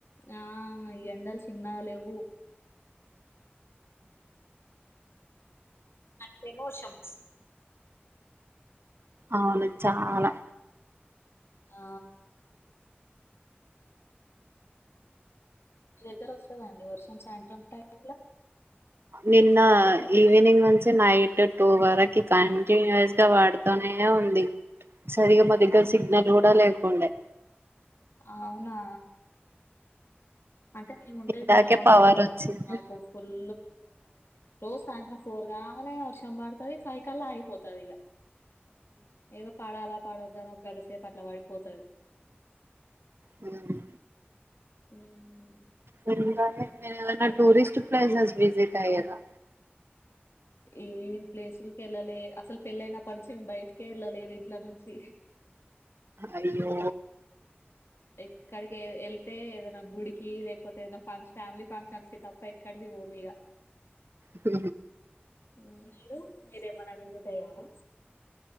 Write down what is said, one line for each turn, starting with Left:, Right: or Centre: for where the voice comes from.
Left: ఆ ఈ ఎండలు చిన్నగా లేవు నాకు టెలోషమ్ వస్తుంది
Right: అవును చాలా
Left: ఆ మీ దగ్గర వస్తద అండి వర్షం సాయంత్రం టైమ్లా
Right: నిన్న ఈవినింగ్ నుంచి నైట్ టూ వరకు కంటిన్యూస్ గా పడుతూనే ఉంది ఉంది సరిగా మాకు ఇంకా సిగ్నల్ కూడా లేకుండే
Left: అవునా అంటే మేము ఉండేది
Right: ఇందాకే
Left: నల్గొండలో
Right: పవర్ వచ్చింది
Left: మాకు ఫుల్ రోజు సాయంత్రం ఫోర్ కాగానే వర్షం పడుతది ఫైవ్ కల్ల ఆగిపోతది ఇగా ఏదో పడాల పడవద్దా అని ఒక గడ్డసేపు అట్లా పడిపోతది
Right: మ్మ్
Left: మ్మ్
Right: మీరు గాని ఏదైనా టూరిస్ట్ ప్లేసెస్ విజిట్ అయ్యారా
Left: ఏం ప్లేసులకి వెళ్ళలే అసలు పెళ్ళయినా అప్పటి నుంచి మేము బయటికే వెళ్ళలేదు ఇంట్ల నుంచి
Right: అయ్యో
Left: ఎక్కడికి వెళ్తే ఏదైనా గుడికి లేకపోతే ఏద ఫంక్షన్ ఫ్యామిలీ ఫంక్షన్స్ కి తప్ప ఎక్కడికి పోమిగా
Right: స
Left: మ్మ్ మీరు మీరేమన్నా విజిట్ అయ్యార